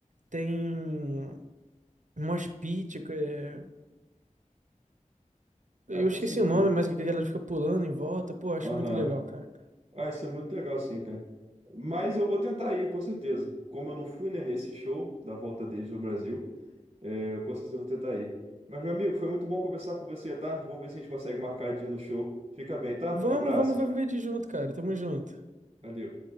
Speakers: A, on the right; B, on the right.
A: Tem um mosh pit, que é... Eu
B: Ah, com
A: esqueci
B: certeza.
A: o nome, mas que a galera fica pulando em volta. Pô, acho
B: Aham.
A: muito legal, cara.
B: Ah, isso é muito legal, sim, cara. Mas eu vou tentar ir, com certeza. Como eu não fui, né, nesse show da volta deles no Brasil, é, eu com certeza eu vou tentar ir. Mas, meu amigo, foi muito bom conversar com você, tá? Vamos ver se a gente consegue marcar de ir no show. Fica bem, tá?
A: Vamos,
B: Um abraço.
A: vamos ver, um de junto, cara. Tamo junto.
B: Valeu.